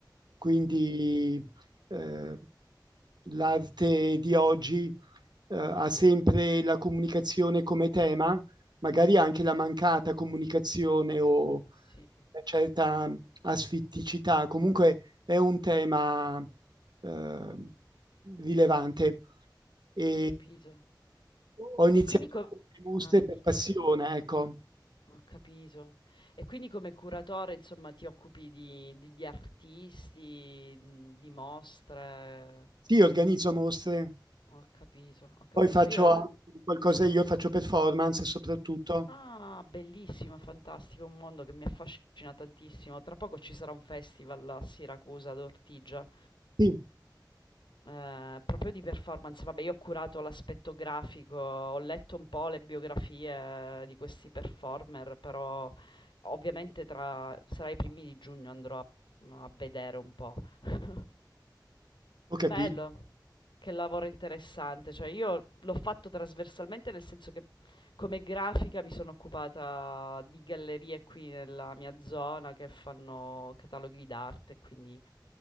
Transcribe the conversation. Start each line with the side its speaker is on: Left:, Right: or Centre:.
Right: Quindi,
Left: Mhm.
Right: ehm, l'arte di oggi, ehm, ha sempre la comunicazione come tema, magari anche la mancata comunicazione o una
Left: Sì,
Right: certa asfitticità. Comunque è un tema eh, rilevante. E
Left: ho capito.
Right: ho iniziato
Left: E quindi co-
Right: con le mostre
Left: ah,
Right: per
Left: dico,
Right: passione, ecco.
Left: Ho capito. E quindi come curatore, insomma, ti occupi di di di artisti, mhmm, di mostre.
Right: Sì, organizzo mostre,
Left: Ho capito, ho capito.
Right: poi faccio
Left: Io
Right: anche qualcosa
Left: ah.
Right: io, faccio performance soprattutto.
Left: Ah, bellissimo, fantastico, un mondo che mi affascina tantissimo. Tra poco ci sarà un festival a Siracusa ad Ortigia.
Right: Sì,
Left: Ehm, proprio di performance, vabbè io ho curato l'aspetto grafico, ho letto un po' le biografie di questi performer, però ovviamente tra sarà i primi di giugno andrò a, a vedere un po'. <laughs>
Right: ho capito.
Left: Bello, che lavoro interessante, cioè io l'ho fatto trasversalmente nel senso che come grafica mi sono occupata di gallerie qui nella mia zona che fanno cataloghi d'arte, quindi